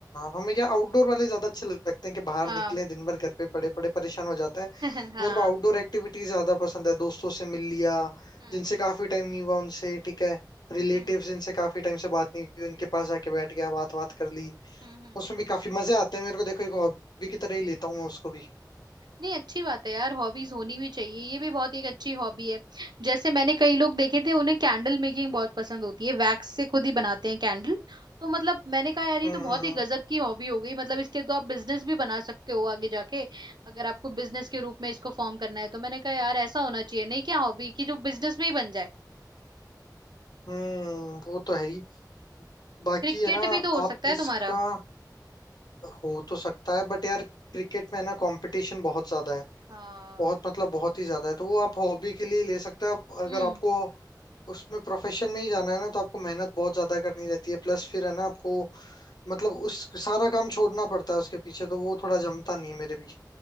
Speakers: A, on the left; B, on the right.
A: हमें क्या आउटडोर वाले ज्यादा अच्छे लगते हैं कि बाहर
B: हाँ
A: निकलें दिन भर घर पे पड़े पड़े परेशान हो जाते हैं
B: <laughs> हाँ
A: मेरे को आउटडोर एक्टिविटीज ज्यादा पसंद है दोस्तों से मिल लिया
B: हम्म
A: जिनसे काफी टाइम नहीं हुआ उनसे ठीक है रिलेटिव्स
B: हम्म
A: जिनसे काफी टाइम से बात नहीं हुई उनके पास जाके बैठ गया बात बात कर ली
B: हम्म हम्म।
A: उसमें भी काफी मजे आते हैं मेरे को देखो एक हॉबी की तरह ही लेता हूँ मैं उसको भी
B: नहीं अच्छी बात है यार हॉबीज होनी भी चाहिए ये भी बहुत एक अच्छी हॉबी है जैसे मैंने कई लोग देखे थे उन्हें कैंडल मेकिंग बहुत पसंद होती है वैक्स से खुद ही बनाते हैं कैंडल तो मतलब मैंने कहा यार ये
A: हम्म
B: तो
A: हम्म
B: बहुत ही
A: हम्म
B: गजब की हॉबी हो गई मतलब इसके तो आप बिजनेस भी बना सकते हो आगे जाके अगर आपको बिजनेस के रूप में इसको फॉर्म करना है तो मैंने कहा यार ऐसा होना चाहिए नहीं क्या हॉबी कि जो बिजनेस में ही बन जाए
A: हम्म, वो तो है ही बाकी
B: क्रिकेट
A: है ना
B: भी तो हो
A: आप
B: सकता है
A: इसका
B: तुम्हारा
A: हो तो सकता है बट यार क्रिकेट में है ना कंपटीशन बहुत ज्यादा है
B: हाँ
A: बहुत मतलब बहुत ही ज्यादा है तो वो आप हॉबी के लिए ले सकते हो आप अगर
B: हम्म।
A: आपको उसमें प्रोफेशन में ही जाना है ना तो आपको मेहनत बहुत ज्यादा करनी रहती है प्लस फिर है ना आपको मतलब उस सारा काम छोड़ना पड़ता है उसके पीछे तो वो थोड़ा जमता नहीं है मेरे भी